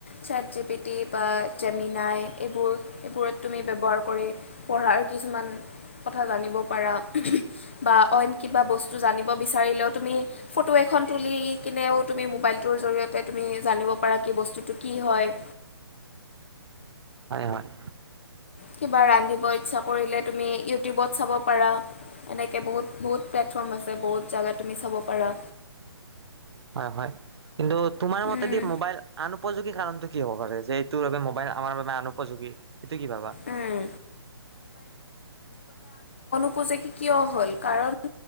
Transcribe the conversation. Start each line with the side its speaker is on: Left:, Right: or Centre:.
Left: চাত জি পিটি বা জেমিনাই, এইবোৰ, এইবোৰত তুমি ব্যৱহাৰ কৰি পঢ়াৰ কিছুমান কথা জানিব পাৰা। বা অইন কিবা বস্তু জানি জানিব বিচাৰিলেও তুমি, ফটো এখন তুলি কেনেও তুমি মোবাইলটো জৰিয়তে তুমি জানিব পাৰা, বস্তুতো কি হয়।
Right: হয়, হয়
Left: কিবা ৰান্ধিব ইচ্ছা কৰিলে তুমি ইউ ইউটিউবত চাব পাৰা, এনেকে বহুত, বহুত প্লেটফৰ্ম আছে বহুত জেগা তুমি চাব পাৰা
Right: হয়, হয় কিন্তু তোমাৰ
Left: উম,
Right: মতেদি মোবাইল আন উপযোগী কাৰণ টো কি হ'ব পাৰে যে, এইটো বাবে মোবাইল আমাৰ বাবে আনউপযোগী এইটো কি ভাবা?
Left: উম উপযোগী কিয় হ'ল কাৰণ